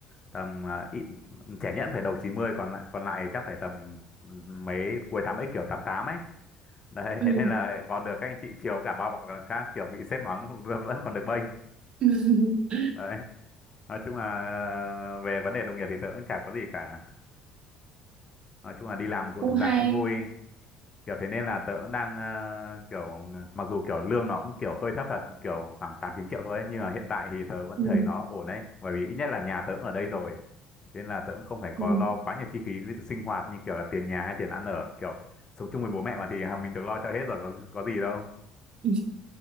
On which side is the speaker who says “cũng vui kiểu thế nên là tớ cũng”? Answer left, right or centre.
Left